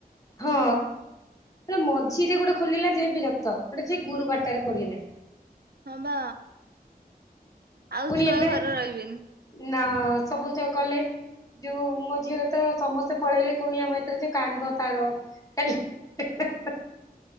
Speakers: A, on the left; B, on the right.
A: ହଁ ମଝିରେ ଗୋଟେ ଖୋଲିଲା ଯେ ବିରକ୍ତ ଗୋଟେ ସେ ଗୁରୁବାରଟରେ ଖୋଲିଲା।
B: ହଁ ବା ଆଉ
A: ପୁଣି
B: ଛୁଆ
A: ଏବେରେ
B: ଘରେ ରହିବେନି।
A: ନା ସବୁଜ ଗଲେ ଯୋଉ ମୋ ଝିଅରେ ତ ସମସ୍ତେ ପଳେଇଲେ କୁଣିଆ ମୈତ୍ର ଯେ କାନ୍ଦ ତାର ହେ ହେ